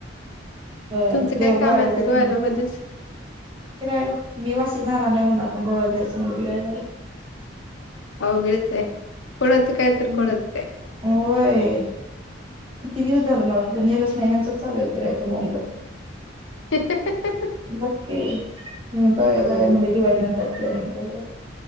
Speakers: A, on the right; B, on the left.
A: ब
B: तुमचं काय
A: देव
B: काम
A: गळाला
B: आहे आता
A: जाय त
B: गोव्याला
A: मग. तेि
B: मध्येच
A: राहिला मी वाशील जाणार नाही म्हण आपण गोवाला जायचं म्ह दिवाळी ला जायला.
B: अवघडच आहे कोणाचं काय तर
A: हम्म
B: कोणाचं काय.
A: होय. किती दिवस झालं मलाुठ नेच नाही हचं चालय फिरायचं म मुलंत.
B: ह ह ह.
A: बघ की हम् जाऊया
B: हम्म
A: जाऊया म्हली. दिवाळी नंतर प्लॅनिंग करूया